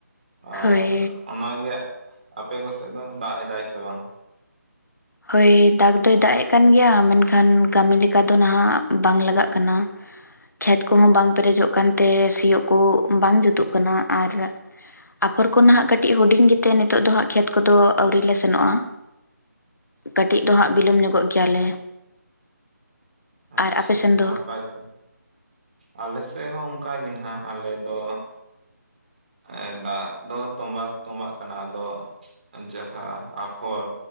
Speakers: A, on the right; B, on the left.
A: ᱟᱨ
B: ᱦᱳᱭ
A: ᱚᱱᱟᱜᱮ ᱟᱯᱮ ᱠᱚ ᱥᱮᱫ ᱫᱚ ᱫᱟᱜ ᱮᱫᱟᱭ ᱥᱮ ᱵᱟᱝ?
B: ᱦᱳᱭ ᱫᱟᱜᱽ ᱫᱚᱭ ᱫᱟᱜ ᱮᱜ ᱠᱟᱱ ᱜᱮᱭᱟ, ᱢᱮᱱᱠᱷᱟᱱ ᱠᱟᱹᱢᱤ ᱞᱮᱠᱟ ᱫᱚ ᱱᱟᱦᱟᱜ ᱵᱟᱝ ᱞᱟᱜᱟᱜ ᱠᱟᱱᱟ᱾ ᱠᱷᱮᱛ ᱠᱚᱦᱚᱸ ᱵᱟᱝ ᱯᱮᱨᱮᱡᱚᱜ ᱠᱟᱱᱛᱮ ᱥᱤᱭᱳᱜ ᱠᱚ ᱵᱟᱝ ᱡᱩᱛᱩᱜ ᱠᱟᱱᱟ ᱟᱨ ᱟᱯᱷᱚᱨ ᱠᱚ ᱱᱟᱦᱟᱜ ᱠᱟᱹᱴᱤᱡ ᱦᱩᱰᱤᱝ ᱜᱮᱛᱮ ᱱᱤᱛᱚᱜ ᱫᱚ ᱦᱟᱸᱟᱜ ᱠᱷᱮᱛ ᱠᱚᱫᱚ ᱟᱹᱣᱨᱤ ᱞᱮ ᱥᱮᱱᱚᱜ-ᱟ᱾ ᱠᱟᱹᱴᱤᱡ ᱫᱚ ᱦᱟᱸᱜ ᱵᱤᱞᱚᱢ ᱧᱚᱜᱚᱜ ᱜᱮᱭᱟᱞᱮ᱾
A: ᱟᱪᱪᱷᱟ,
B: ᱟᱨ ᱟᱯᱮ ᱥᱮᱱ ᱫᱚ
A: ᱱᱟᱯᱟᱭ ᱠᱟᱱᱟ ᱟᱞᱮ ᱥᱮᱫ ᱦᱚᱸ ᱚᱝᱠᱟ ᱜᱮ ᱱᱟᱜ ᱟᱞᱮ ᱫᱚ ᱮᱸ, ᱫᱟᱜ ᱫᱚ ᱛᱚᱸᱵᱟ ᱫᱚ ᱛᱚᱸᱵᱟᱜ ᱠᱟᱱᱟ᱾ ᱟᱫᱚ ᱡᱟᱦᱟᱸ ᱟᱯᱷᱚᱨ